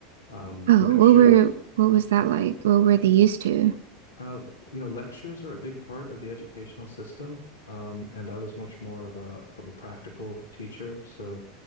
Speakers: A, on the left; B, on the right.
A: Um,
B: Oh,
A: lectures,
B: what were what was that like? What were they
A: uh,
B: used to?
A: uh, you know, lectures are a big part of the educational system, um, and I was much more of a of a practical teacher, so